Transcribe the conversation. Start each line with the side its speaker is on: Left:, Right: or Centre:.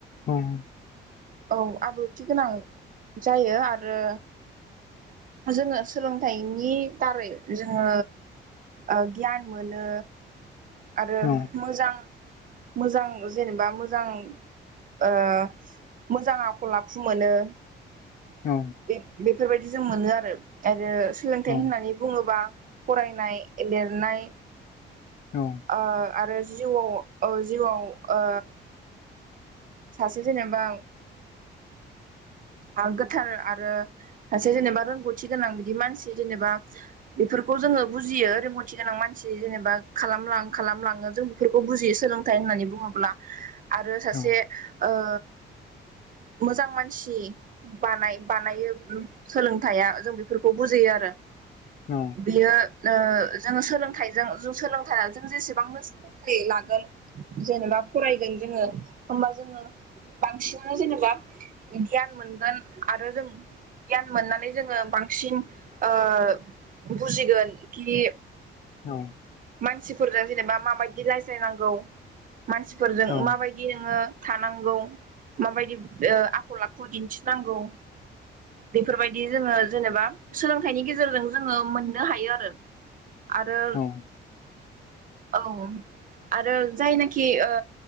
Left: उम
Right: औ आब्रुथि गोनां जायो आरो। जोङो सोलोंथाइनि दारै जोङो ओ गियान मोनो आरो
Left: औ
Right: मोजां मोजां जेनेबा मोजां। ओ मोजां आखल आखु मोनो।
Left: औ
Right: बे बेफोरबायदि जों मोनो आरो आरो सोलोंथाइ
Left: औ
Right: होननानै बुङोबा। फरायनाय लिरनाय
Left: औ
Right: ओ आरो जिउआव ओ जिउआव ओ सासे जेनेबा
Left: <inaudible>
Right: ओ गोथार आरो सासे जेनेबा रोंगौथि गोनां बिदि मानसि जेनेबा बेफोरखौ। जोङो बुजियो रोंगौथि गोनां मानसि जेनेबा खालामलां खालामलाङो जों बेफोरखौ बुजियो सोलोंथाइ होननानै होननानै बुङोब्ला आरो सासे
Left: औ
Right: ओ मोजां मानसि बानाय बानायो सोलोंथाइया जों बेफोरखौ बुजियो आरो।
Left: औ
Right: बियो ओ जोङो सोलों लोंथाइजों जों सोलोंथाइया जों जेसेबांनो सोलोंथाइ लागोन जेनेबा फरायगोन जोङो। होमबा जोङो बांसिनानो जेनेबा गियान मोनगोन आरो जों गियान मोननानै जोङो बांसिन ओ बुजिगोन कि
Left: औ
Right: मानसिफोरजों जेनेबा माबायदि रायज्लायनांगौ मानसिफोरजों
Left: औ
Right: माबायदि नोङो। थानांगौ माबायदि ओ आखल आखु दिन्थिनांगौ। बेफोरबायदि जोङो जेनेबा सोलोंथाइनि गेजेरजों जोङो मोननो हायो आरो। आरो
Left: औ <inaudible>
Right: औ आरो जायनाखि ओ